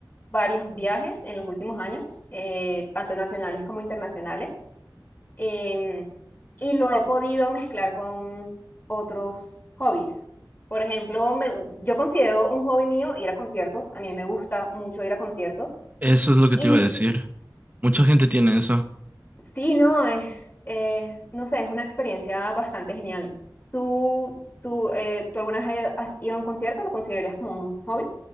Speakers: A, on the left; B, on the right.
A: varios viajes en los últimos años, eh, tanto nacionales como internacionales, em, y lo he podido mezclar con otros hobbies. Por ejemplo, me- yo considero un hobby mío ir a conciertos, a mí me gusta mucho ir a conciertos.
B: Eso es lo que
A: y
B: te iba a decir. Mucha gente tiene eso.
A: Sí, no, es, es, no sé, es una experiencia bastante genial. ¿Tú, tú, eh, ¿tú alguna vez has has ido a un concierto? ¿Lo considerarías como un hobby?